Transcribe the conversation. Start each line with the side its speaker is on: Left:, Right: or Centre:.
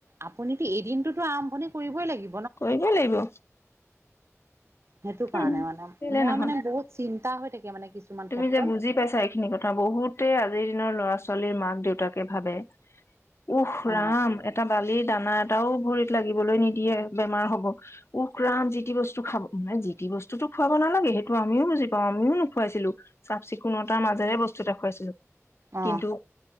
Right: আপুনিতো এদিনতোত আৰম্ভণি কৰিবই লাগি
Left: কৰিব লাগিব
Right: সেইটো কাৰণে
Left: উম।
Right: মানে
Left: কেলে
Right: মই
Left: নহয়
Right: মানে বহুত চিন্তা হৈ থাকে মানে কিছুমান
Left: তুমি
Right: ক্ষেত্ৰত
Left: যে বুজি পাইছা এখিনি কথা বহুতে আজিৰ দিনৰ ল'ৰা ছোৱালীৰ মাক দেউতাকে ভাবে উহ
Right: অ
Left: ৰাম এটা বালিৰ দানাত এটাও ভৰিত লাগিবলৈ নিদিয়ে বেমাৰ হব উফ ৰাম যিটি বস্তু খাব মে যি টি বস্তুটো। খুৱাব নালাগে হেটো আমিও বুজি পাওঁ। আমিও নোখুৱাইছিলো। চাফ চিকুণতাৰ মাজেৰে বস্তু দেখুৱাইছিলো
Right: অ
Left: কিন্তু